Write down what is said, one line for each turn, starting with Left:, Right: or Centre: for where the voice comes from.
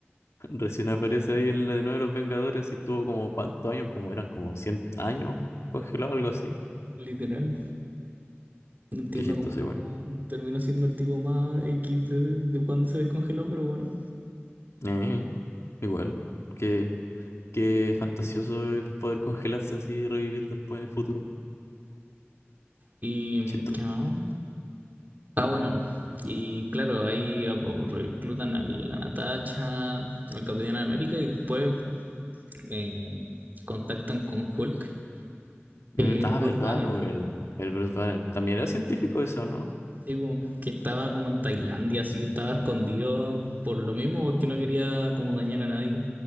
Left: Recién aparece ahí en la de nuevo de los Vengadores y estuvo como cuántos años, como eran como 100 años congelado, algo así.
Right: Literal. No entiendo
Left: Qué chistoso,
Right: cómo no
Left: igual.
Right: terminó siendo el tipo más X de, de cuando se descongeló, pero bueno.
Left: Eh, igual. Qué, qué fantasioso el poder congelarse así y revivir después en el futuro.
Right: ¿Y
Left: Chistoso.
Right: qué más? Ah, bueno. Y claro, ahí ap- reclutan a la Natasha, al Capitán América y después eh, contactan con Hulk,
Left: Mm,
Right: que es
Left: ah,
Right: Bruce
Left: verdad,
Right: Banner.
Left: pues
Right: po.
Left: el, el Bruce Banner. También era científico ese o ¿no?
Right: Sí, po, que estaba como en Tailandia, así que estaba escondido por lo mismo, porque no quería como dañar a nadie.